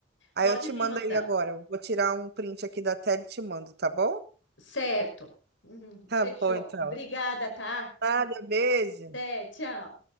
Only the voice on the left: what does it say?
Pode
me
mandar.
Certo. Uhum,
Fechou.
Obrigada, tá?
Até,
tchau.